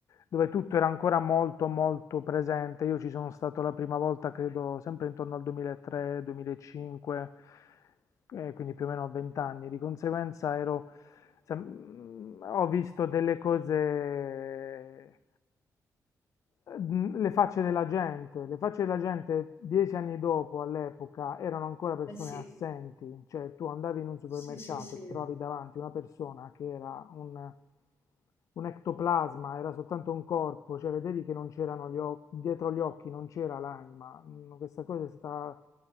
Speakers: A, on the left; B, on the left.
A: dove tutto era ancora molto, molto presente. Io ci sono stato la prima volta, credo, sempre intorno al 2003-2005 eh, quindi più o meno a 20 anni. Di conseguenza ero, se- mm, ho visto delle cose, eh, n- le facce della gente. Le facce della gente dieci anni dopo, all'epoca, erano ancora persone
B: Eh sì.
A: assenti. Cioè, tu andavi in un supermercato
B: Sì, sì, sì.
A: e ti trovavi davanti una persona che era un... Un ectoplasma era soltanto un corpo, cioè vedevi che non c'erano gli occhi, dietro gli occhi non c'era l'anima. Mm, Questa cosa è stata